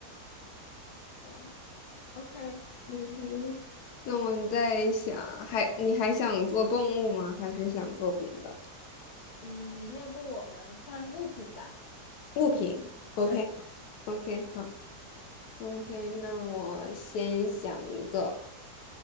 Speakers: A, on the left; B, on the left.
A: 哇，OK，
B: 嗯，那我们在想，还你还想做动物吗？还是想做别的
A: 嗯，要不我们换物品吧？
B: 物品？OK
A: 对，
B: OK 好 OK，那我先想一个。